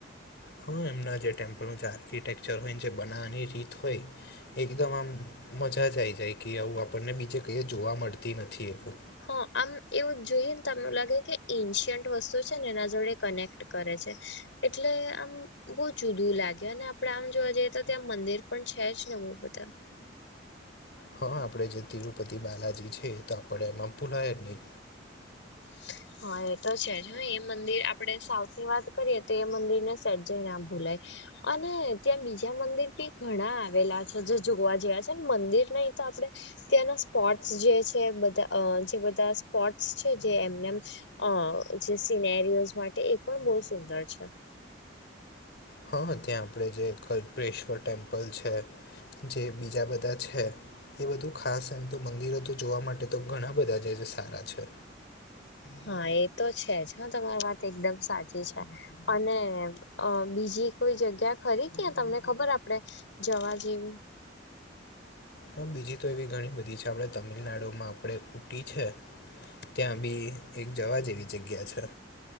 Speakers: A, on the left (about 60°); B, on the left (about 80°).
A: હા એમના જે ટેમ્પલનું જે આર્કિટેક્ચર હોય જે બનાવવાની રીત હોય એકદમ આમ મજા જ આવી જાય કે આવું આપણને બીજે કંઈ જોવા મળતી નથી એવું
B: હ આમ એવું જોઈએ ને તો એમું લાગે કે એન્શિયન્ટ વસ્તુ છે ને એના જોડે કનેક્ટ કરે છે. એટલે આમ બહુ જુદું લાગે અને આપડે આમ જોવા જઈએ તો ત્યાં મંદિર પણ છે જ ને બહુ બધા
A: હા આપણે જે તિરુપતિ બાલાજી છે તો આપણે એમાં ભૂલાય નહીં.
B: <inaudible> હા એ તો છે જ હ એ મંદિર આપડે સાઉથ ની વાત કરીએ તો એ મંદિરને સેજે ના ભૂલાય અને ત્યાં બીજા મંદિર બી ઘણા આવેલા છે જે જોવા જેવા છે મંદિર નહી તો આપણે ત્યાંના સ્પોટ્સ જે છે બધા અ જે બધા સ્પોટ્સ છે જે એમ નેમ અ જે સિનેરીયોસ માટે એ પણ બવ સુંદર છે.
A: હા ત્યાં આપણે જે કલ્પેશ્વર ટેમ્પલ છે જે બીજા બધા છે એ બધું ખાસ એમ તો મંદિરો તો જોવા માટે તો ઘણા બધા છે સારા છે.
B: હા એ તો છે જ હ તમારી વાત એકદમ સાચી છે. અને અ બીજી કોઈ જગ્યા ખરી ત્યા તમને ખબર આપડે જવા જેવી
A: હા બીજી તો એવી ઘણી બધી છે આપણે તમિલનાડુમાં આપણે ઊટી છે. ત્યાં બી એક જવા જેવી જગ્યા છે.